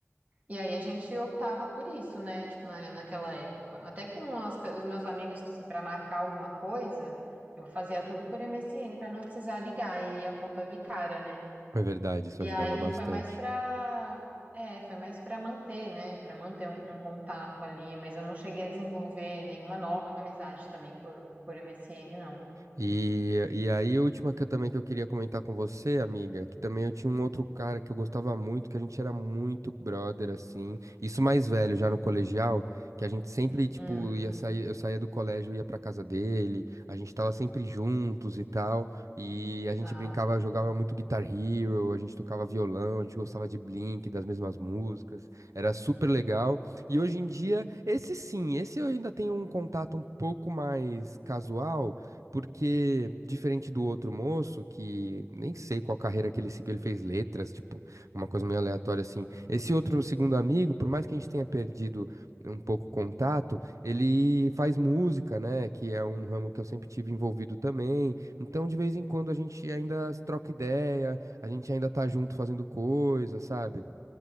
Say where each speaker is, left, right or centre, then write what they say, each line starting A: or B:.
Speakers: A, on the right (about 30°); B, on the right (about 85°).
A: E aí a gente optava por isso, né? Tipo, na, naquela época. Até com as pe- os meus amigos, assim, para marcar alguma coisa, eu fazia tudo por MSN para não precisar ligar e a conta vir cara, né?
B: É verdade, isso
A: E
B: ajudava
A: aí
B: bastante.
A: foi mais pra. É, foi mais pra manter, né? Pra manter um, um contato ali, mas eu não cheguei a desenvolver nenhuma nova amizade também por, por MSN, não.
B: E, e aí, a última que eu também que eu queria comentar com você, amiga, que também eu tinha um outro cara que eu gostava muito, que a gente era muito brother, assim. Isso mais velho, já no colegial, que a gente sempre, tipo,
A: Hum,
B: ia sair, eu saía do colégio, ia pra casa dele, a gente tava sempre juntos e tal. E a gente
A: tá.
B: brincava, jogava muito Guitar Hero, a gente tocava violão, a gente gostava de Blink, das mesmas músicas. Era super legal. E hoje em dia, esse sim, esse eu ainda tenho um contato um pouco mais casual. Porque, diferente do outro moço, que nem sei qual carreira que ele seguiu, ele fez letras, tipo, uma coisa meio aleatória assim. Esse outro segundo amigo, por mais que a gente tenha perdido um pouco o contato, ele faz música, né? Que é um ramo que eu sempre tive envolvido também. Então, de vez em quando, a gente ainda troca ideia, a gente ainda tá junto fazendo coisa, sabe?